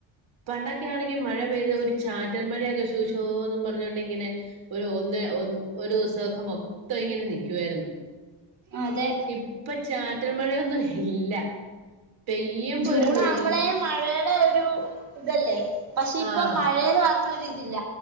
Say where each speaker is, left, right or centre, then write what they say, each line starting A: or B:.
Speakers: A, on the right; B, on the right.
A: പണ്ടൊക്കെയാണെങ്കി മഴ പെയ്താ ഒരു ചാറ്റൽ മഴയൊക്കെ ഷുഷൂന്നും പറഞ്ഞോണ്ടിങ്ങനെ ഒരു ഒന്ന് ഒ ഒരുസൊക്കെ മൊത്തങ്ങനെ നിക്കുവായിരുന്നു
B: അതെ
A: ഇപ്പൊ ചാറ്റൽ മഴയൊന്നു ഇല്ല പെയ്യുമ്പോ
B: ജൂണാകുമ്പളേ
A: ഒരു വൽ
B: മഴേടെയൊരു രു ഇതല്ലേ പക്ഷെ ഇപ്പൊ
A: ആഹ്
B: മഴേന്ന് പറഞ്ഞ ഒരിതില്ല